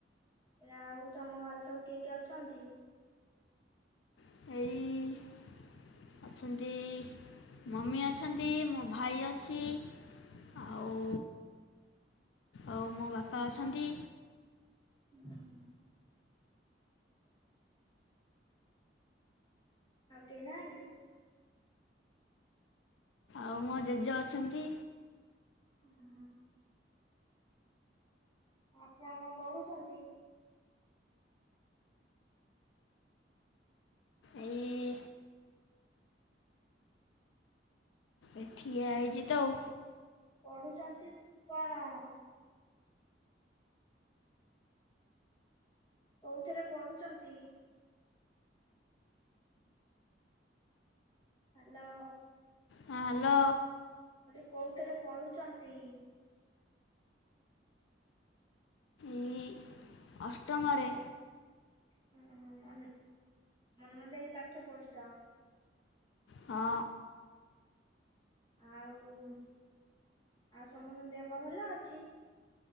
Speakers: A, on the left; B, on the left.
A: ହେଲେ ଆଉ ତମ ଘରେ ସବୁ କିଏ କିଏ ଅଛନ୍ତି?
B: ଏଇ ଅଛନ୍ତି ମମି ଅଛନ୍ତି ମୋ ଭାଇ ଅଛି।
A: ହୁଁ।
B: ଆଉ ଆଉ ମୋ ବାପା ଅଛନ୍ତି।
A: ହୁଁ। ଆଉ କେହି ନାହାଁନ୍ତି?
B: ଆଉ ମୋ ଜେଜେ ଅଛନ୍ତି।
A: ହୁଁ। ଆପଣ କଣ ପଢୁଛନ୍ତି?
B: ଏଇ ଏ ଠିଆ ଆଇଛି ତ ଆଉ।
A: ପଢୁଛନ୍ତି କଣ? କୋଉଥିରେ ପଢୁଛନ୍ତି? ହ୍ୟାଲୋ।
B: ହଁ ହ୍ୟାଲୋ।
A: ତମେ କୋଉଥିରେ ପଢୁଛନ୍ତି?
B: ଏଇ ଅଷ୍ଟମରେ
A: ହ ମନ ମନ ଦେଇକି ପାଠ ପଢୁ ତ।
B: ହଁ।
A: ଆଉ ଆଉ ସମସ୍ତଙ୍କ ଦେହ ପା ଭଲ ଅଛି?